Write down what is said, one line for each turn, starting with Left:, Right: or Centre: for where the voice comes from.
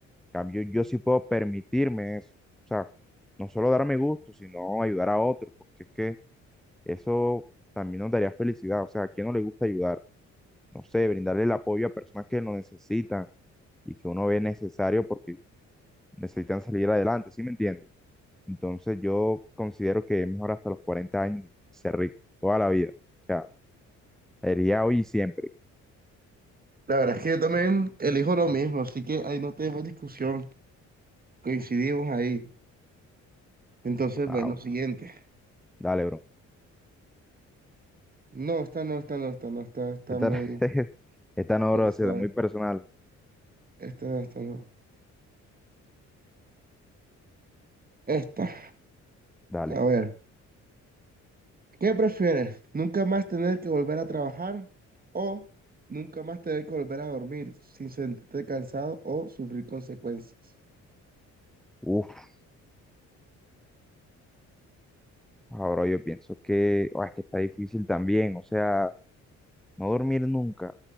Centre: cambio, yo sí puedo permitirme eso. O sea, no solo darme gusto, sino ayudar a otros, porque es que eso también nos daría felicidad. O sea, ¿a quién no le gusta ayudar? No sé, brindarle el apoyo a personas que lo necesitan y que uno ve necesario porque necesitan salir adelante, ¿sí me entiendes? Entonces yo considero que es mejor hasta los 40 años ser rico, toda la vida. O sea, sería hoy y siempre.
Right: La verdad es que yo también elijo lo mismo, así que ahí no tenemos discusión, coincidimos ahí. Entonces,
Centre: Ah,
Right: bueno,
Centre: bueno,
Right: siguiente.
Centre: dale, bro.
Right: No, esta no, esta no, esta no, esta está
Centre: Esta,
Right: muy,
Centre: <laughs> esta no,
Right: muy
Centre: bro,
Right: suave.
Centre: se da muy personal.
Right: Esta no, esta no. Esta,
Centre: Dale.
Right: a ver, ¿qué prefieres? ¿Nunca más tener que volver a trabajar o nunca más tener que volver a dormir sin sentirte cansado o sufrir consecuencias?
Centre: Uf, ahora yo pienso que, ah, es que está difícil también. O sea, no dormir nunca